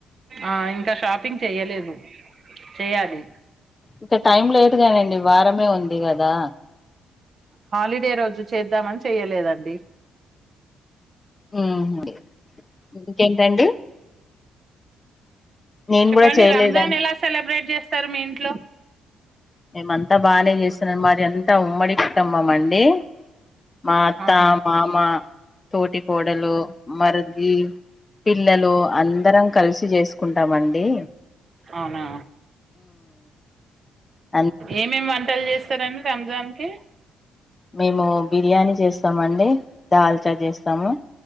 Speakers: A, on the right; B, on the left.
A: ఆ ఇంక షాపింగ్ చెయ్యలేదు. చెయ్యాలి
B: ఇంక టైం లేట్ కదండి. వారమే ఉంది కదా.
A: హాలిడే రోజు చేద్దామని చెయలేదండి.
B: ఉహు డి ఇంకేంటండి నేను
A: చెప్పండి
B: కూడా చేయలేదండి
A: రంజాన్ ఎలా సెలబ్రేట్ చేస్ స్తారు మీ ఇంట్లో
B: మేమంత బానే చేస్తున్నాం. మాది అంత ఉమ్మడి కుటుంబం అండి. మా అత్త,
A: ఆహా
B: మామ, తోటి కోడలు, మరిది పిల్లలు అందరం కలిసి చేసుకుంటమండి.
A: అవునా
B: ఆ
A: ఏమేమ్ వంటలు చేస్తరండి రంజాన్ కి?
B: మేము బిర్యానీ చేస్తామండి, దాల్చా చేస్తాము.